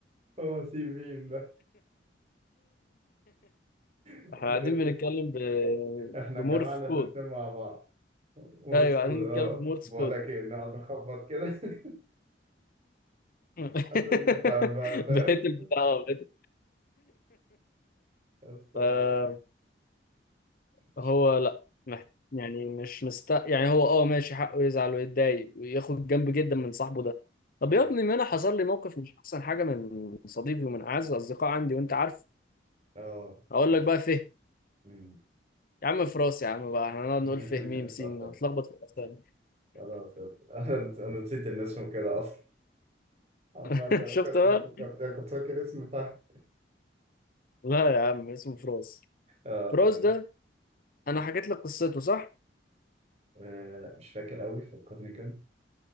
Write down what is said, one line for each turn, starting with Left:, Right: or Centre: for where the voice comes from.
Right: هو سين ميم ده من
Left: احنا قاعدين
Right: غير ذكر
Left: بنتكلم ب...
Right: احنا
Left: بمورف
Right: جمعنا
Left: كود
Right: الاتنين مع بعض ورسكو
Left: ايوه قاعدين بنتكلم
Right: اه
Left: بمورس
Right: بقول
Left: كود
Right: لك ايه نقعد نخبط كده <laughs>
Left: <laughs>
Right: عشان نفهم بقى فاهم
Left: بقيت البتاع بقيت
Right: بس
Left: <laughs> فهو
Right: مش عارف.
Left: لا مح- يعني مش مست يعني هو اه ماشي حقه يزعل ويتضايق وياخد جنب جدا من صاحبه ده طب
Right: ايوه
Left: يا ابني ما انا حصل لي موقف مش احسن حاجه من صديقي ومن اعز الاصدقاء عندي وانت عارف
Right: اه
Left: هقول
Right: عرفت
Left: لك بقى فهم
Right: مم.
Left: يا عم في راسي يا عم بقى احنا هنقعد
Right: <laughs>
Left: نقول فيه ميم سين
Right: صح صح
Left: نتلخبط في الاسامي
Right: خلاص عرفت. <laughs> انا انا نسيت ان اسمه كده اصلا عامة
Left: <laughs> شفت
Right: كنت
Left: بقى
Right: انا فكرت كنت فاكر اسم فهد
Left: لا يا عم اسمه فراس
Right: اه
Left: فراس
Right: تمام
Left: ده انا حكيت لك قصته صح
Right: آه لا مش فاكر قوي فكرني كان